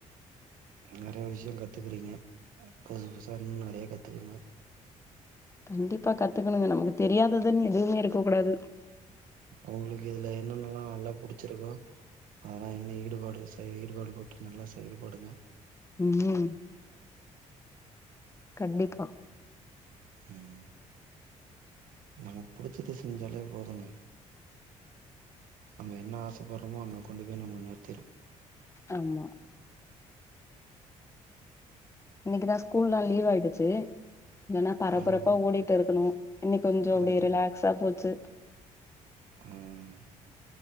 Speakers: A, on the right; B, on the left.
A: நறைய விஷயோ கத்துக்குறீங்க புதுசு புதுசா இன்னு நறைய கத்துக்கங்க
B: கண்டிப்பா கத்துக்கணுங்க நமக்கு தெரியாததனு எதுவுமே இருக்க கூடாது
A: உங்களுக்கு இதுல என்னன்னல்லா நல்லா புடிச்சிருக்கோ அதுல இன்னு ஈடுபாடு செய ஈடுபாடுபட்டு நல்லா செயல்படுங்க
B: ம் ம் கண்டிப்பா
A: ம் நமக்கு புடிச்சது செஞ்சாலே போதுங்க நம்ம என்ன ஆசைப்படுறோமோ அங்க கொண்டு போய் நம்மள நிறுத்திரு
B: ஆமா இன்னைக்குதா ஸ்கூல்லா லீவ் ஆயிடுச்சு இல்லன்னா பரபரப்பா
A: ஆமாங்க.
B: ஓடிட்டு இருக்கணு இன்னிக்கு கொஞ்சோ
A: ஆமா.
B: அப்டியே ரிலக்ஸா போச்சு
A: ம்